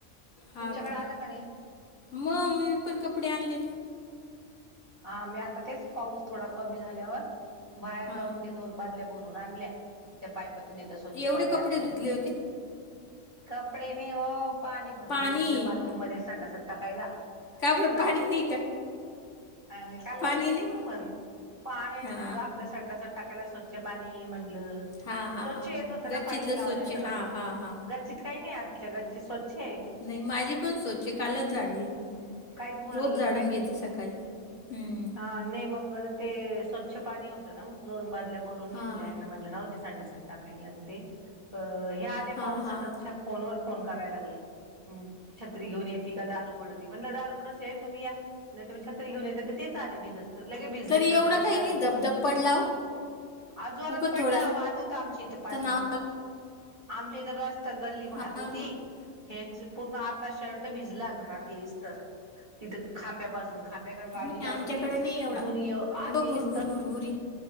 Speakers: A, on the left (about 60°); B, on the right (about 25°).
A: हा
B: तुमच्याकडे
A: को
B: आला का नाही
A: मग मीपण कपडे आणनलेणे
B: ह मी आता तेच पाऊस थोडा कमी झाल्यावर बाहेर
A: हा
B: जाऊन ते दोन बादल्या भर आणल्या त्या पापातून येत स्वच्छ
A: एवढे
B: पाणी
A: कपडे
B: आमच्या
A: धुतले होते
B: कपडे नाही ओ पाणी भरून
A: पाणी
B: घेतलं बाथरूम मध्ये संडसा टाकायला
A: का बरं
B: मग
A: पाणी
B: काय करू
A: नाही का
B: अ काल
A: पाणी
B: लाईट गेली
A: नाही
B: कुठं भरल पाणी
A: हा
B: उगा आपल्या संडास टाकायला स्वच्छ पाणी म्हणज <inaudible>
A: हा हा
B: स्वच्छ
A: हा
B: येत होतं
A: गच्चीतलं
B: ना पाईप लावलाय
A: स्वच्छ
B: तर...
A: हा हा हा
B: गच्चीत काई नाई आमच्या... गच्चीत स्वच्छ ए
A: नाई... माझी पण स्वच्छ ए... कालच झाडली...
B: काहीच भरलं
A: रोज झाडून घेते सकाळी हूं
B: हं... नई मग... ते स्वच्छ पाणी होतं ना... मग दोन बादल्या भरून
A: हां
B: घेतल्या... यांना म्हटलं राहू दे संडासात टाकायला अन ते हे आले
A: हां
B: पावसातच...
A: हां
B: छ... फोन वर फोन करायला लागले... हूं... छत्री घेऊन ये ती का दार उघडती... म्हटलं दार उघडंच हे... तुम्ही या... नाई तर मी छत्री घेऊन येते... तर तेच आले भिजत तर लगी भिजले
A: तरी
B: पण...
A: एवढा
B: त्यांच
A: काही
B: शर्ट
A: नाही धबधब पडला हो.
B: आज जोरात
A: उगं
B: पडला...
A: थोडासा
B: वाहत होतं... आमच्या इथं पाणी
A: नाव
B: आमच्या इथं... रस्ता, गल्ली वाहत
A: हां
B: होती
A: का
B: ह्याचं पूर्ण... अर्धा शर्ट भिजला... घरात येईस स्तर... तिथं खांब्यापासून खांब्याकडे गाडी
A: नाही,
B: लावली...
A: आमच्याकडे नाही एवढा
B: तिथून यं... आत
A: उगं
B: येईस्तर
A: भुरभुर भुरभुरी